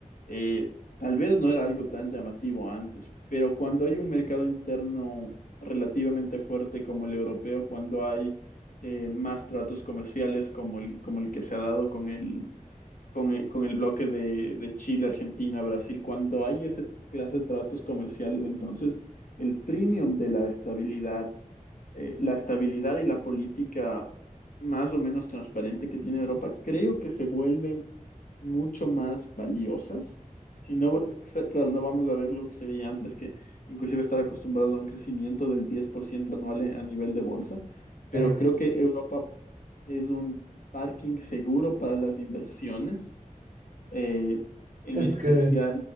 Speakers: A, on the left; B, on the right.
A: Eh, Tal vez no era algo tan llamativo antes, pero cuando hay un mercado interno relativamente fuerte como el europeo, cuando hay eh, más tratos comerciales como el, como el que se ha dado con el, con el, con el bloque de, de Chile, Argentina, Brasil, cuando hay esa clase de tratos comerciales, entonces el premium de la estabilidad, eh, la estabilidad y la política más o menos transparente que tiene Europa, creo que se vuelven mucho más valiosas. Si no, claro, no vamos a ver lo que se veía antes, que inclusive estar acostumbrados a un crecimiento del 10% anual en- a nivel de bolsa, pero
B: eh,
A: creo que Europa es un parking seguro para las inversiones, eh, en
B: es
A: especial,
B: que...